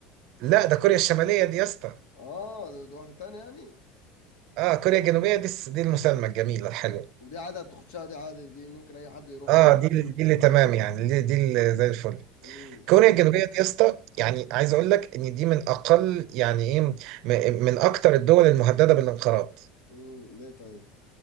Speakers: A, on the right; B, on the left.
A: لا ده كوريا الشماليه دي يا اسطى
B: اه ده, ده واحدة تانية يعني
A: اه كوريا الجنوبيه دي الس- دي المسالمه الجميله الحلوه
B: ودي عادة تخشها دي عادة دي ممكن اي حد يروح
A: اه
B: سياحة
A: دي اللي-
B: يعني
A: دي اللي تمام يعني دي, دي اللي زي الفل
B: امم
A: كوريا الجنوبيه دي يا اسطى يعني عايز اقول لك ان دي من اقل يعني ايه م- من اكتر الدول المهدده بالانقراض
B: امم ليه طيب؟